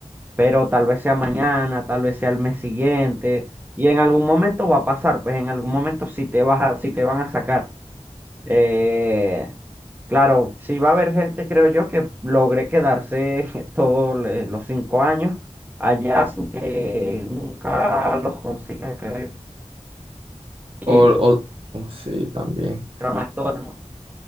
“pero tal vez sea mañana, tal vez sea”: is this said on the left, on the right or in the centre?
Right